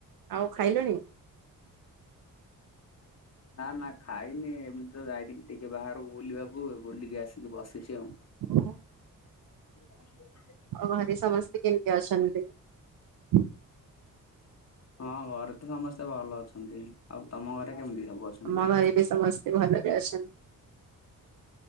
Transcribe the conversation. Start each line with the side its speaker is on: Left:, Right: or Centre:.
Right: ଆଉ ଖାଇଲଣି?
Left: ନା ନା ଖାଇନି ଏମିତି ତ ଯାଇଥିଲି ଟିକେ ବାହାରକୁ ବୁଲିବାକୁ, ବୁଲିକି ଆସିକି, ବସିଛି ଆଉ।
Right: <inaudible>
Left: <inaudible>
Right: ଘରେ ସମସ୍ତେ କେମିତି ଅଛନ୍ତି? <inaudible>
Left: ହଁ ଘରେ ତ ସମସ୍ତେ ଭଲ ଅଛନ୍ତି, ଆଉ ତମ ଘରେ କେମିତି? ସବୁ ଅଛନ୍ତି?
Right: ଆମ ଘରେ ବି ସମସ୍ତେ ଭଲରେ ଅଛନ୍ତି। <inaudible>